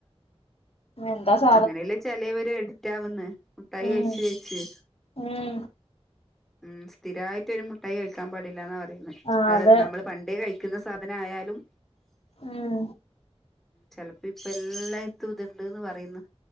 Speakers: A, on the left; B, in the centre.
A: എന്താ സ്
B: അങ്ങനെല്ലേ ചിലേവര് എഡിറ്റ് ആവ്ന്ന് മുട്ടായി
A: ഉം
B: കഴിച് കയിച്ച്
A: ഉം
B: ഉം സ്ഥിരായിട്ട് ഒരു മുട്ടായി കഴിക്കാൻ പാടില്ലാന്നാ പറയുന്ന
A: ആ
B: അഹ്
A: അതെ
B: നമ്മള് പണ്ടേ കഴിക്കുന്ന സാധന ആയാലും
A: ഉം
B: ചെൽപ്പോ ഇപ്പ എല്ലായിത്തും ഇത്ണ്ട്ന്ന് പറയുന്നു